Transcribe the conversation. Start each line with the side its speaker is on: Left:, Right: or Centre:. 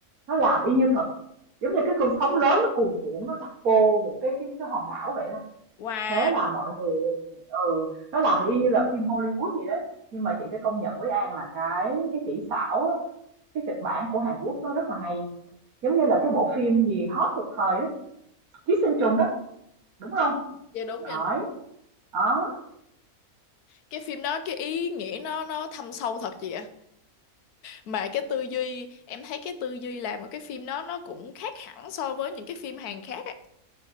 Right: nó làm y như thật. Giống như cái cơn sóng lớn nó cuồn cuộn nó đặt vô một cái cái cái hòn đảo vậy đó.
Left: Wow,
Right: Thế là mọi người ừ, nó làm y như là phim Hollywood vậy đó. Nhưng mà chị phải công nhận với An là cái cái kỹ xảo, á, cái kịch bản của Hàn Quốc nó rất là hay. Giống như là cái bộ phim gì hot một thời đó, Ký sinh trùng đó, đúng không?
Left: dạ đúng rồi.
Right: Đấy. Đó.
Left: Cái phim đó cái ý nghĩa nó nó thâm sâu thật chị ạ. Mà cái tư duy em thấy cái tư duy làm của cái phim đó nó cũng khác hẳn so với những cái phim Hàn khác á.